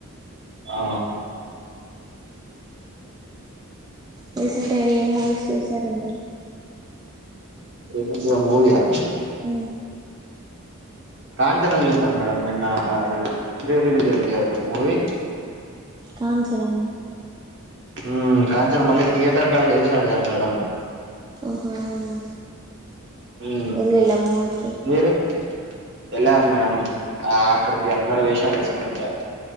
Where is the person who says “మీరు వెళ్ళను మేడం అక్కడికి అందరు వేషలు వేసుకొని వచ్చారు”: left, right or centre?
Right